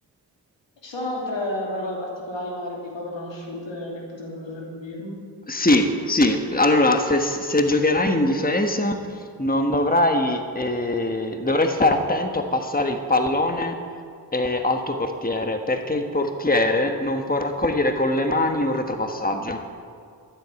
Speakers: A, on the left; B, on the left.
A: Ci sono altre regole particolari, magari poco conosciute, che potrebbero servirmi?
B: Sì, sì, allora se, se giocherai in difesa non dovrai, eh, dovrai stare attento a passare il pallone eh, al tuo portiere, perché il portiere non può raccogliere con le mani un retropassaggio,